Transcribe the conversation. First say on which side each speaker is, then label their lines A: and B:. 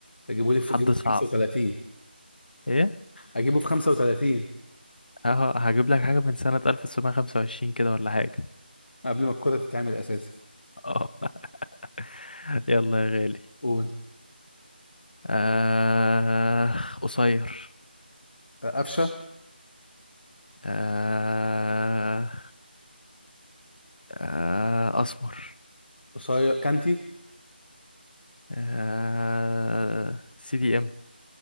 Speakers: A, on the left (about 70°); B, on the left (about 55°).
A: اجيبه لي في
B: حد
A: اجيبه في
B: صعب
A: 35
B: ايه
A: اجيبه في 35
B: اه هجيب لك حاجة من سنة 1925 كده ولا حاجة
A: قبل ما الكرة تتعمل اساسا
B: اه <laughs> يلا يا غالي
A: قول
B: آه قصير
A: قفشة
B: آه آه أسمر
A: قصير كانتي
B: آه سي دي ام